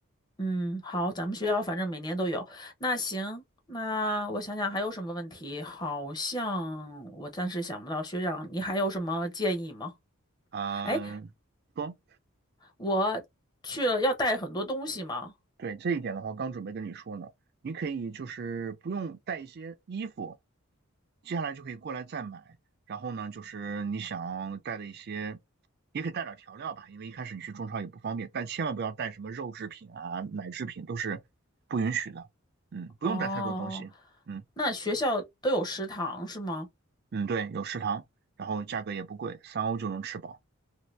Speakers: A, on the left; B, on the right.
A: 嗯，好，咱们学校反正每年都有。那行，那我想想还有什么问题？好像我暂时想不到。学长，你还有什么建议吗？
B: 嗯、
A: 哎，
B: 说。
A: 我去了要带很多东西吗？
B: 对这一点的话，刚准备跟你说呢，你可以就是不用带一些衣服，接下来就可以过来再买。然后呢，就是你想带的一些，也可以带点调料吧，因为一开始你去中超也不方便，但千万不要带什么肉制品啊、奶制品都是不允许的。嗯，不用带太多东西。
A: 哦，
B: 嗯
A: 那学校都有食堂是吗？
B: 嗯，对，有食堂，然后价格也不贵，三欧就能吃饱。